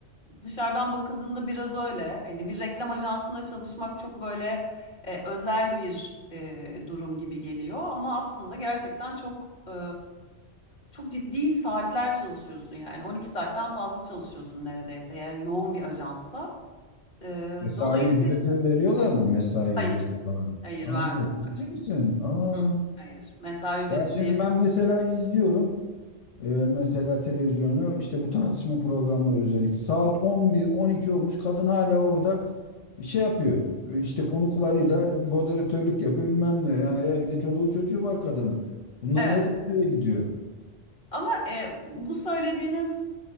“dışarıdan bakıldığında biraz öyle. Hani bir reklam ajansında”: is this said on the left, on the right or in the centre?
Left